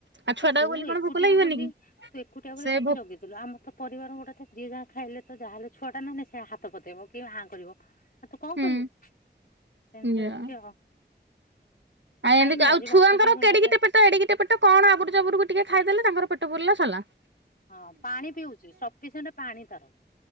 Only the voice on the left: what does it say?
ଏ ତୁ
ଏକୁଟିଆ
ବୋଲି
ତୁ ଏକୁଟିଆ ବୋଲି
ତାକୁ
ଜଗିଦ ଲୁ ଆମର ତ ପରିବାର ଗୋଟେ ଯିଏ ଯାହା ଖାଇଲେ ତ ଯାହେଲେ ଛୁଆଟା ନା ନାଇଁ ସେ ହାତ ପତେଇବ କି ହାଁ କରିବ। ଆଉ ତୁ କଣ
କରିବୁ ସେମିତି
ହଉଛି ଆଉ।
ଖାଇନି
ଆଜି
ଭାତ ଦି ଗୁଣ୍ଡା
ଖାଇଥିଲି
ହଁ ପାଣି ପିଉଚି ସଫିସିଏଣ୍ଟ ପାଣି ତାର।